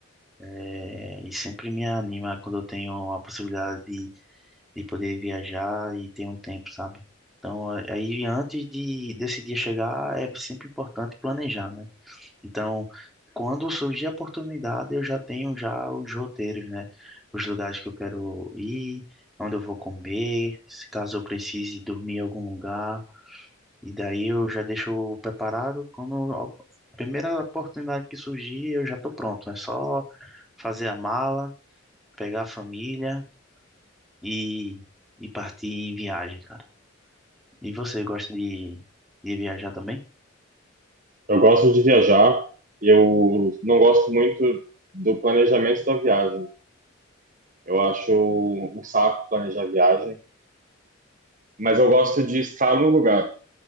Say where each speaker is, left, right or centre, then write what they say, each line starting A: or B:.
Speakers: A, in the centre; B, on the right (about 40°).
A: É, e sempre me anima quando eu tenho a possibilidade de poder viajar e ter um tempo, sabe? Então, a- aí antes de desse dia chegar, é sempre importante planejar, né? Então, quando surgir a oportunidade, eu já tenho já os roteiros, né? Os lugares que eu quero ir, onde eu vou comer, se caso eu precise dormir em algum lugar. E daí eu já deixo preparado quando a primeira oportunidade que surgir, eu já estou pronto. É só fazer a mala, pegar a família e, e partir em viagem, cara. E você gosta de, de viajar também?
B: Eu gosto de viajar, eu não gosto muito do planejamento da viagem. Eu acho um saco planejar viagem, mas eu gosto de estar no lugar.